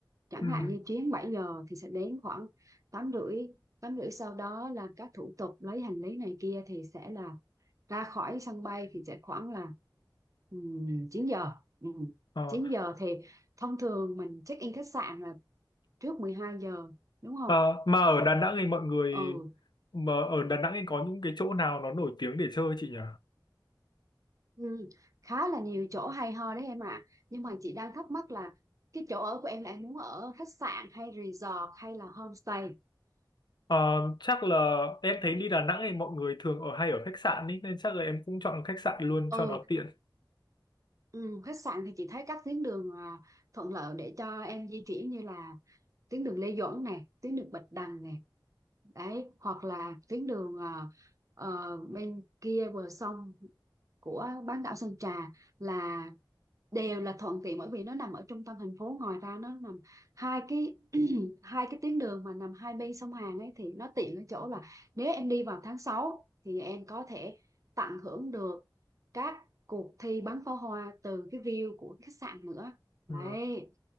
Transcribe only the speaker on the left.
ừ,
ờ.
Ờ, mà ở Đà Nẵng thì mọi người
mà ở Đà Nẵng thì có những cái chỗ nào nó nổi tiếng để chơi chị nhỉ
Ờ, chắc là em thấy đi Đà Nẵng thì mọi người thường ở hay ở khách sạn ý, nên chắc là em cũng chọn khách sạn luôn
cho nó tiện.
Ờ.